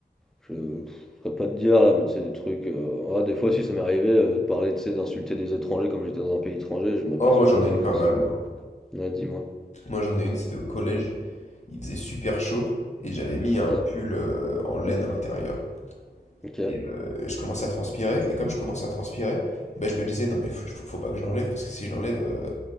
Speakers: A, in the centre; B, on the left.
A: je ne saurais pas te dire là, mais tu sais, des trucs. euh, ouais, des fois, si ça m'est arrivé euh, de parler, tu sais, d'insulter des étrangers comme j'étais dans un pays étranger, je m'aperçois
B: Oh, moi, j'en
A: qu'ils
B: ai
A: parlent
B: une
A: français.
B: pas mal, moi.
A: Ouais, dis-moi.
B: Moi, j'en ai une, c'était au collège. Il faisait super chaud et j'avais mis
A: Ok,
B: un pull euh, en laine à l'intérieur.
A: ok.
B: Et euh, je commençais à transpirer et comme je commençais à transpirer, bah, je me disais non mais faut, faut- faut pas que je l'enlève parce que si je l'enlève, euh,